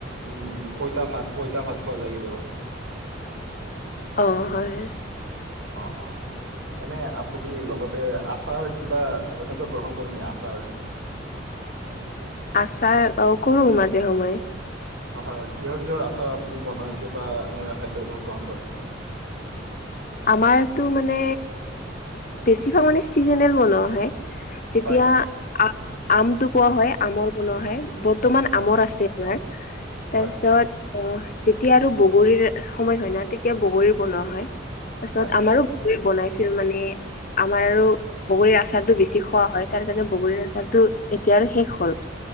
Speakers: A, on the right; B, on the left.
A: উম পইতা ভাত পইতা ভাত খোৱা যায় কেতিয়াবা
B: অ হয় হয়
A: অ অ এনে আপুনি লগতে আচাৰ কিবা এনেকুৱা গ্ৰহণ কৰে নেকি আচাৰ
B: আচাৰ অ কৰো মাজে সময়
A: হয় হয় কিহৰ কিহৰ আচাৰ আপুনি বনাইছে বা এনেকুৱা খাদ্য হিচাপত গ্ৰহণ কৰে
B: আমাৰতো মানে বেছিভাগ মানে চিজিনেল বনোৱা হয় যেতিয়া
A: হয় হয়
B: আ আমটো পোৱা হয় আমৰ বনোৱা হয়াই বৰ্তমান
A: হয়
B: আমৰ আছে আমাৰ তাৰপিছত
A: হয়
B: অ যেতিয়া আৰু বগৰীৰ সময় হয় না তেতিয়া বগৰীৰ বনোৱা হয় পাছত
A: হয়
B: আমাৰো বনাইছিল মানে আমাৰ আৰু বগৰীৰ আচাৰটো বেছি খোৱা হয় তাৰ কাৰণে বগৰীৰ আচাৰটো এতিয়া আৰু শেষ হ'ল